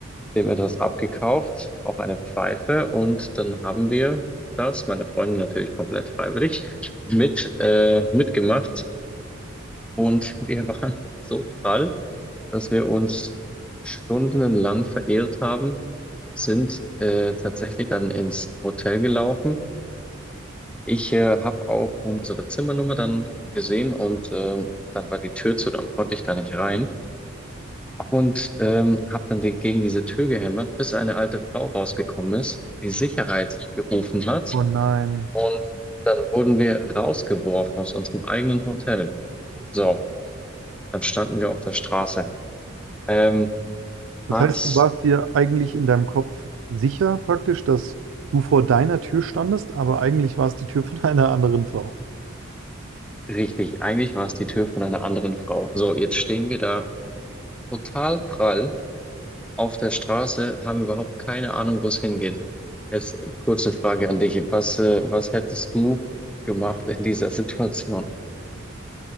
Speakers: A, in the centre; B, on the right (about 65°).
A: dem etwas abgekauft, auch eine Pfeife. Und dann haben wir das, meine Freundin natürlich komplett freiwillig, mit, äh, mitgemacht. Und wir <laughs> waren so prall, dass wir uns stundenlang verehrt haben, sind äh, tatsächlich dann ins Hotel gelaufen. Ich äh, habe auch unsere Zimmernummer dann gesehen und ähm, dann war die Tür zu, dann konnte ich da nicht rein. Und ähm, habe dann die, gegen diese Tür gehämmert, bis eine alte Frau rausgekommen ist, die Sicherheit gerufen hat.
B: Oh nein.
A: Und dann wurden wir rausgeworfen aus unserem eigenen Hotel. So, dann standen wir auf der Straße. Ähm,
B: Das
A: was
B: heißt, du warst dir eigentlich in deinem Kopf sicher praktisch, dass du vor deiner Tür standest, aber eigentlich war es die Tür von einer anderen Frau.
A: richtig, eigentlich war es die Tür von einer anderen Frau. So, jetzt stehen wir da total prall auf der Straße, haben überhaupt keine Ahnung, wo es hingeht. Jetzt kurze Frage an dich. Was, äh, was hättest du gemacht in dieser Situation?